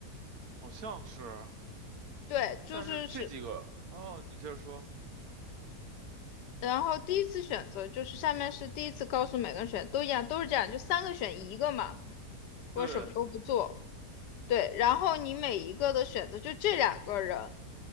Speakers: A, on the right (about 65°); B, on the left (about 85°).
A: 好像是，
B: 对，就是是，
A: 但是这几个，哦，你接着说，
B: 然后第一次选择就是下面是第一次告诉每个人选，都一样，都是这样，就三个选一个嘛，我什么都不做。
A: 对，
B: 对，然后你每一个的选择，就这两个人，